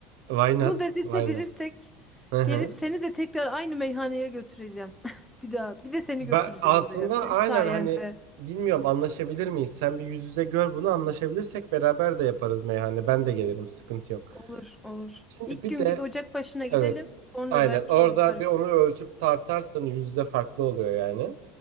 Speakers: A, on the right; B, in the centre.
A: Why not?
B: bunu dedirtebilirsek
A: Why not? Hı hı.
B: gelip seni de tekrar aynı meyhaneye götüreceğim <laughs> bir daha bir de seni
A: Ben
B: götüreceğim
A: aslında
B: oraya senin
A: aynen
B: sayende.
A: hani bilmiyorum anlaşabilir miyiz? Sen bir yüz yüze gör bunu anlaşabilirsek beraber de yaparız meyhane. Ben de gelirim sıkıntı yok.
B: Olur, olur.
A: Şimdi
B: İlk
A: bir
B: gün
A: de
B: biz ocak başına gidelim.
A: Evet.
B: Sonra
A: Aynen.
B: belki
A: Orada
B: şey yaparız.
A: bir onu ölçüp tartarsan yüzde farklı oluyor yani.